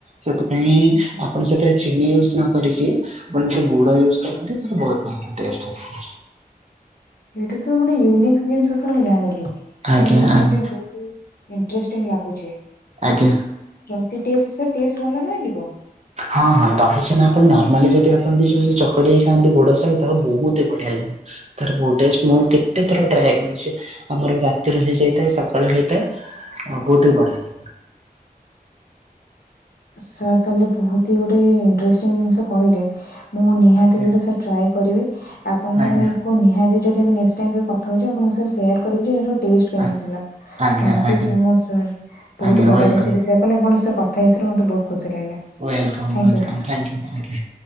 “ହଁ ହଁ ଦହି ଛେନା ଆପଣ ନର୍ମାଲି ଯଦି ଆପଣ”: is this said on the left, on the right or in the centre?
Right